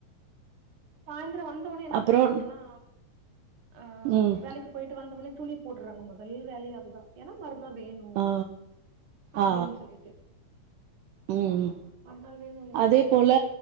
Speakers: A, on the right; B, on the right.
A: சாயந்தர வந்தவுன்னே என்ன
B: அப்புறோ
A: பண்றாங்கன்னா அ
B: ம்.
A: வேலைக் கு போயிட்டு வந்தவுன்னே துணி போட்றாங்க மொதல் வேலையே அதுதா ஏனா மறுநாள் வேணு
B: ஆ.
A: அப்டின்
B: ஆ.
A: சொல்லிட்டு
B: ம் ம்
A: மறுநாள் வேணு இல்லைங்களா
B: அதே போல
A: ஒரு